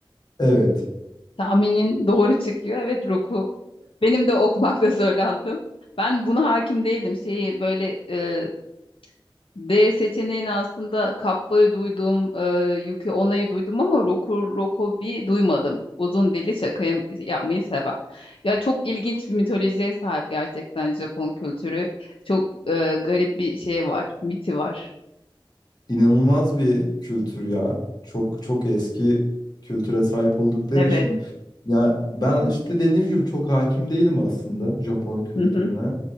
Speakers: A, on the left (about 50°); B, on the left (about 75°).
A: Evet.
B: Tahminin doğru çıkıyor. Evet Roku. Benim de okumakta zorlandım. Ben buna hakim değildim. Şeyi böyle e, D seçeneğini aslında Kappa'yı duydum, e, Yuki Ona'yı duydum ama Roku Rokobi duymadım. Uzun dili şaka yap- yapmayı seven. Ya çok ilginç bir mitolojiye sahip gerçekten Japon kültürü. Çok e, garip bir şey var, miti var.
A: İnanılmaz bir kültür ya. Çok çok eski kültüre sahip oldukları
B: Evet.
A: için. Ya ben işte dediğim gibi çok hakim değilim aslında Japon kültürüne.
B: <laughs>